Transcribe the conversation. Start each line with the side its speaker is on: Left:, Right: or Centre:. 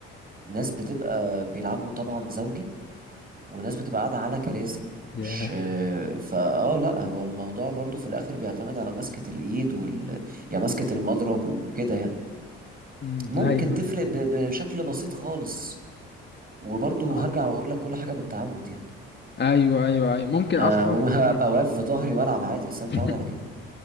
Right: ناس بتبقى بيلعبوا طبعا زوجي وناس بتبقى قاعدة على كراسي
Left: ياه
Right: مش آه، فاه لا هو الموضوع برضو في الاخر بيعتمد على مسكة الايد وال يعني مسكة المضرب وكده يعني
Left: امم
Right: ممكن
Left: ايوه
Right: تفرق ب... بشكل بسيط خالص وبرضو هرجع
Left: أيوه.
Right: واقول لك كل حاجة بالتعود يعني
Left: ايوه ايوه ايوه ممكن اصلا
Right: آه مم- <laughs>
Left: مم.
Right: هبقى واقف في ظهري والعب عادي بس انا متعود
Left: <laughs>
Right: على كده